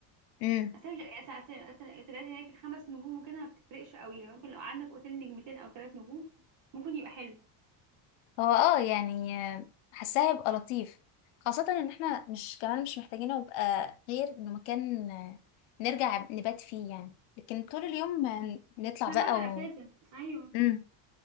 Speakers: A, on the left; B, on the right.
A: امم
B: مثلا مثلا الاوتيلات هناك الخمس نجوم وكده ما بتفرقش قوي يعني ممكن لو قعدنا في اوتيل نجمتين او ثلاث نجوم ممكن يبقى حلو
A: هو اه يعني آه، حاساه هيبقى لطيف خاصة ان احنا مش كمان مش محتاجين يبقى غير انه مكان آه، نرجع نبات فيه يعني لكن طول اليوم آه، نطلع
B: احنا
A: بقى
B: بره
A: و
B: اساسا ايوه
A: مم.